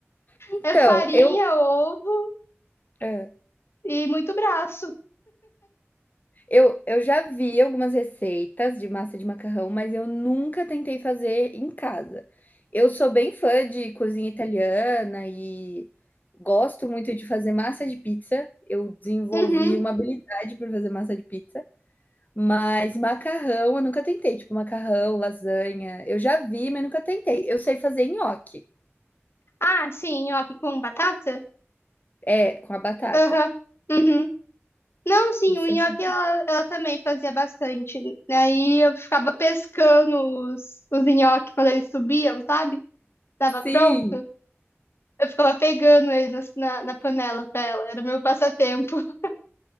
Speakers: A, on the left (about 35°); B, on the left (about 60°).
A: Então,
B: É farinha,
A: eu
B: ovo
A: é.
B: e muito braço.
A: Eu eu já vi algumas receitas de massa de macarrão, mas eu nunca tentei fazer em casa. Eu sou bem fã de cozinha italiana e gosto muito de fazer massa de pizza. Eu desenvolvi
B: Uhum.
A: uma habilidade para fazer massa de pizza, mas macarrão eu nunca tentei, tipo macarrão, lasanha, eu já vi, mas nunca tentei. Eu sei fazer nhoque.
B: Ah, sim, nhoque com batata?
A: É, com a batata.
B: Aham. Uhum. Não, sim,
A: Isso
B: o nhoque
A: eu sei
B: ela,
A: fazer.
B: ela também fazia bastante. né? Aí eu ficava pescando os, os nhoques quando eles subiam, sabe? Tava
A: Sim.
B: pronto. Eu ficava pegando eles assim, na, na panela pra ela. Era meu passatempo. <laughs>